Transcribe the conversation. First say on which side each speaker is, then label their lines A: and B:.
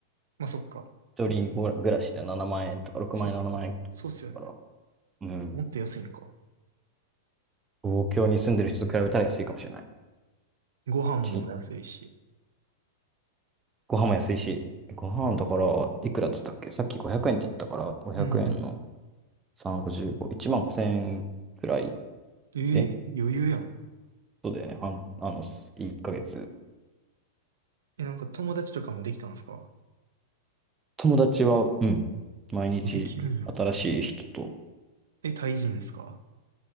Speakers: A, on the right (about 75°); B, on the right (about 20°).
A: まあ、そっか。
B: 一人ご暮らしで7万円とか6万円、
A: そうっすか。
B: 7万円するから、
A: そうっすよね。
B: うん。
A: もっと安いんか。
B: 東京に住んでる人と比べたら安いかもしれない。
A: ご飯も安いし。
B: ちご飯も安いし、ご飯だから、いくらっつったっけさっき500円って言ったから、500円の
A: うんう
B: 3、55、1万5千円くらい。
A: ん。えー余裕やん。
B: えそうだよね。半、あの、1ヶ月。
A: え、なんか友達とかもできたんすか
B: 友達は、うん。毎日新しい人と、
A: あできるんや。え、タイ人ですか